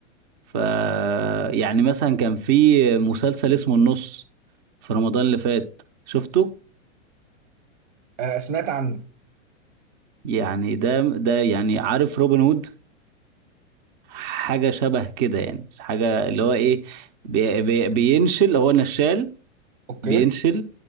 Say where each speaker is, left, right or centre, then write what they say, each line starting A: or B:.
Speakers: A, on the right (about 35°); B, on the right (about 80°).
A: ف يعني مثلا كان في مسلسل اسمه النص في رمضان اللي فات شفته
B: آه سمعت عنه
A: يعني ده ده يعني عارف روبن هود حاجة شبه كده يعني حاجة اللي هو ايه بي بي بينشل هو نشال
B: اوكي
A: بينشل